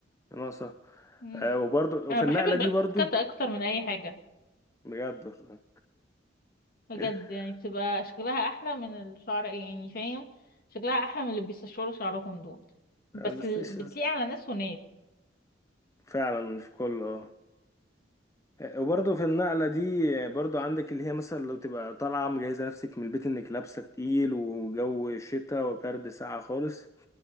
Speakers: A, on the left; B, on the left.
A: ناقصة
B: مم.
A: آه وبرضه وفي
B: انا بحب
A: النقلة
B: الباك
A: دي برضه
B: كات اكتر من اي حاجه
A: بجد والله
B: بجد
A: <laughs>
B: يعني بتبقى شكلها احلى من الشعر يعني فاهم شكلها احلى من اللي بيستشوروا شعرهم دول بس
A: آه، بس
B: ال-
A: إيش-
B: بتليق على ناس وناس
A: فعلا مش كله اه وبرضه في النقلة دي برضه عندك اللي هي مثلا لو تبقى طالعة مجهزة نفسك من البيت انك لابسة تقيل وجو شتا وبرد ساقعة خالص